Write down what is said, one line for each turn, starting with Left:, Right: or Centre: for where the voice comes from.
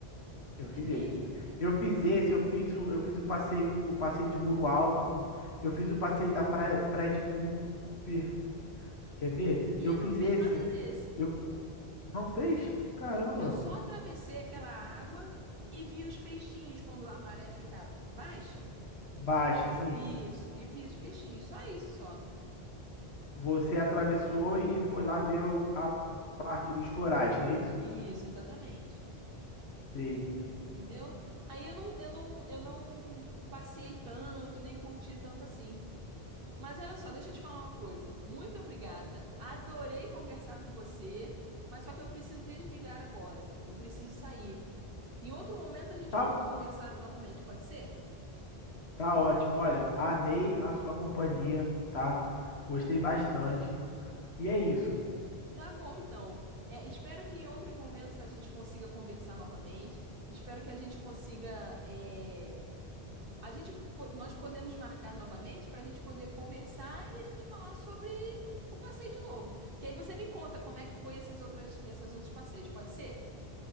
Left: Eu
Right: É
Left: fiz
Right: mesmo?
Left: esse. Eu fiz esse, eu fiz o, eu fiz o passeio, o passeio de Muro Alto, eu fiz o passeio da Praia, Praia de Cooper. Quer
Right: É.
Left: ver?
Right: E
Left: Eu fiz
Right: não fiz
Left: esse.
Right: nada desse.
Left: Eu não fez? Caramba.
Right: Eu só atravessei aquela água e vi os peixinhos quando a maré fica baixa.
Left: Baixa, assim.
Right: Isso, e fiz os peixinhos, só isso só.
Left: Você atravessou e foi lá ver o- a parte dos corais, não é isso?
Right: Isso, exatamente.
Left: Sim.
Right: Entendeu? Aí eu não, eu não, eu não passei tanto, nem curti tanto assim. Mas olha só, deixa eu te falar uma coisa. Muito obrigada. Adorei conversar com você, mas só que eu preciso desligar agora. Eu preciso sair. Em outro momento a gente
Left: Tá,
Right: volta a conversar novamente, pode ser?
Left: tá ótimo. Olha, amei a sua companhia, tá? Gostei bastante. E é isso.
Right: Tá bom, então. É, espero que em outros momentos a gente consiga conversar novamente. Espero que a gente consiga. é, a gente, po- nós podemos marcar novamente para a gente poder conversar e a gente falar sobre o passeio de novo. Que aí você me conta como é que foi esses outras, esses outros passeios, pode ser?